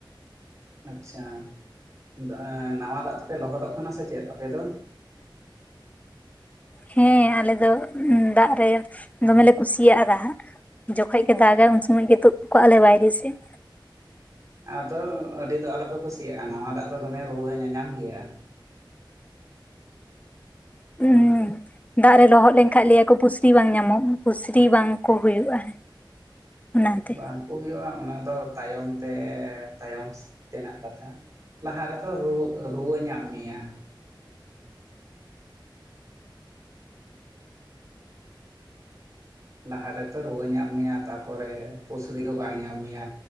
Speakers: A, on the right; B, on the left.
A: ᱟᱪᱪᱷᱟ, ᱮᱸ ᱱᱟᱣᱟ ᱫᱟᱜ ᱛᱮᱯᱮ ᱞᱚᱦᱚᱫᱚᱜ ᱠᱟᱱᱟ ᱥᱮ ᱪᱮᱫ ᱟᱯᱮ ᱫᱚ?
B: ᱦᱮᱸ, ᱟᱞᱮ ᱫᱚ ᱫᱟᱜ ᱨᱮ ᱫᱚᱢᱮᱞᱮ ᱠᱩᱥᱤᱭᱟᱜᱼᱟ ᱫᱟᱜ᱾ ᱡᱚᱠᱷᱚᱡ ᱜᱮ ᱫᱟᱜᱼᱟᱭ ᱩᱱ ᱥᱚᱢᱚᱭ ᱜᱮ ᱛᱳᱫ ᱠᱚ-ᱟ ᱞᱮ ᱵᱟᱭᱨᱮ ᱥᱮᱫ᱾
A: ᱟᱫᱚ ᱟᱹᱰᱤ ᱫᱚ ᱟᱞᱚᱯᱮ ᱠᱩᱥᱤᱭᱟᱜᱼᱟ᱾ ᱱᱟᱣᱟ ᱫᱟᱜ ᱫᱚ ᱫᱚᱢᱮ ᱨᱩᱣᱟᱹ ᱧᱟᱧᱟᱢ ᱜᱮᱭᱟ᱾
B: ᱦᱩᱸ <unintelligible> ᱫᱟᱜ ᱨᱮ ᱞᱚᱦᱚᱫ ᱞᱮᱱᱠᱷᱟᱱ ᱞᱟᱹᱭ ᱟᱠᱚ ᱯᱩᱥᱨᱤ ᱵᱟᱝ ᱧᱟᱢᱚᱜᱼᱟ᱾ ᱯᱩᱥᱨᱤ ᱵᱟᱝ ᱠᱚ ᱦᱩᱭᱩᱜᱼᱟ᱾ ᱚᱱᱟᱛᱮ
A: ᱵᱟᱝ ᱠᱚ ᱦᱩᱭᱩᱜᱼᱟ ᱾ᱚᱱᱟ ᱫᱚ ᱛᱟᱭᱚᱢ ᱛᱮ ᱛᱟᱭᱚᱢ ᱛᱮᱱᱟᱜ ᱠᱟᱛᱷᱟ᱾ ᱞᱟᱦᱟ ᱨᱮᱛᱚ ᱨᱩᱣᱟᱹ, ᱨᱩᱣᱟᱹ ᱧᱟᱢ ᱢᱮᱭᱟ᱾ ᱞᱟᱦᱟ ᱨᱮᱛᱚ ᱨᱩᱣᱟᱹ ᱧᱟᱢ ᱢᱮᱭᱟ᱾ ᱛᱟᱯᱚᱨᱮ ᱯᱩᱥᱨᱤ ᱫᱚ ᱵᱟᱝ ᱧᱟᱢ ᱢᱮᱭᱟ᱾